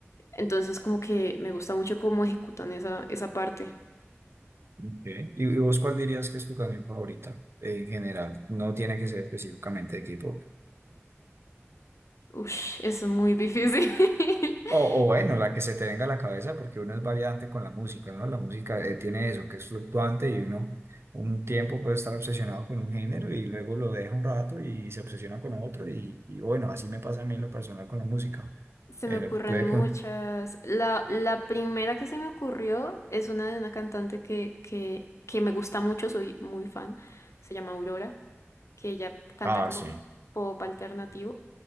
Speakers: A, on the left; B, on the right.
A: Entonces como que me gusta mucho cómo ejecutan esa, esa parte.
B: Ok. ¿Y vos cuál dirías que es tu canción favorita eh, en general? No tiene que ser específicamente de K-pop.
A: Ush, es muy difícil. <laughs>
B: O, o bueno, la que se te venga a la cabeza, porque uno es variante con la música, ¿no? La música eh, tiene eso, que es fluctuante y uno un tiempo puede estar obsesionado con un género y luego lo deja un rato y se obsesiona con otro y, y bueno, así me pasa a mí en lo personal con la música.
A: Se
B: Eh,
A: me ocurren
B: puede
A: muchas.
B: que un-
A: La, la primera que se me ocurrió es una de una cantante que, que, que me gusta mucho, soy muy fan. Se llama Aurora. que ella canta
B: Ah,
A: como
B: sí.
A: pop alternativo.